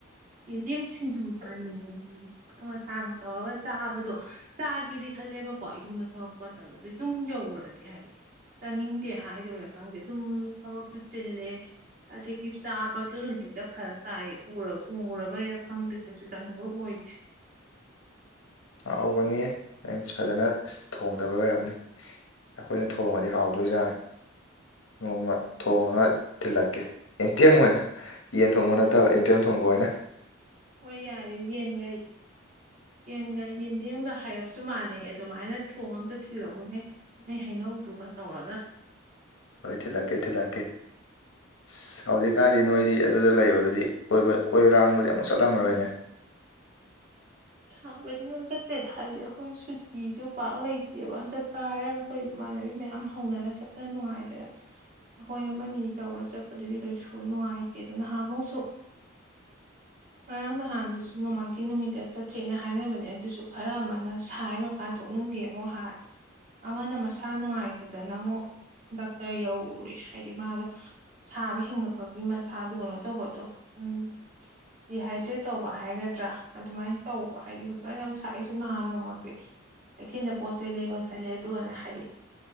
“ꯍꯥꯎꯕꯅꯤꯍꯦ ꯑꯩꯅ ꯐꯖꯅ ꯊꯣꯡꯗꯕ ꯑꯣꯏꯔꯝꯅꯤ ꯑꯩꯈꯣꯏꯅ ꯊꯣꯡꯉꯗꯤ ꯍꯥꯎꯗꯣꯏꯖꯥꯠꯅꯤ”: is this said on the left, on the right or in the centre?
Left